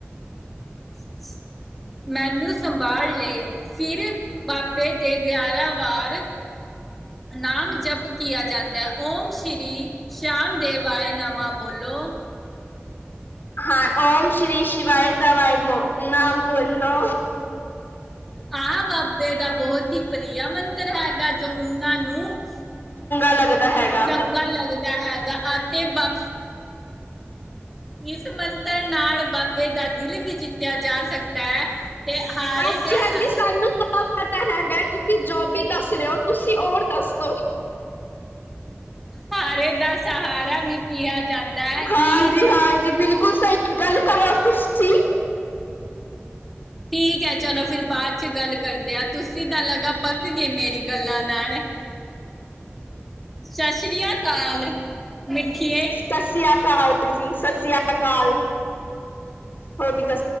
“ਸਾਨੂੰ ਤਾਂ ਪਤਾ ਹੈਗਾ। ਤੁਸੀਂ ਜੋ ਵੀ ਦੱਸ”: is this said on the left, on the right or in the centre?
Left